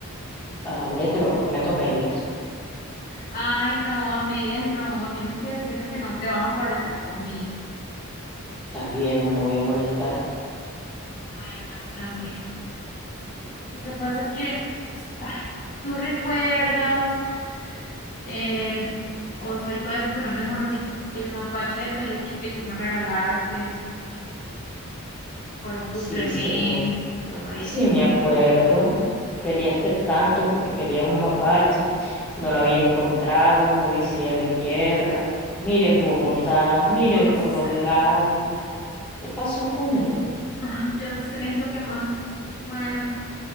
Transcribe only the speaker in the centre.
Dale, te lo prometo a medias.
Está bien, no me voy a molestar.
Sí, sí, me,
sí, me acuerdo. Peleaste tanto porque querías un mapache. No lo había encontrado, moví cielo y tierra. Miren
Bogotá, miren
todos
lados. ¿Qué pasó con él?